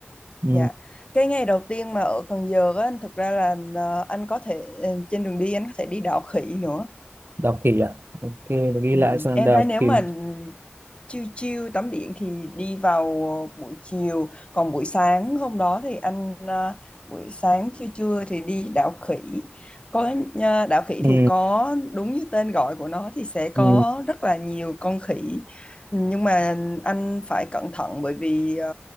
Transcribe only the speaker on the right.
ừ
đọc kỹ à ok ghi
lại xong
đọc
kỹ
ừ
ừ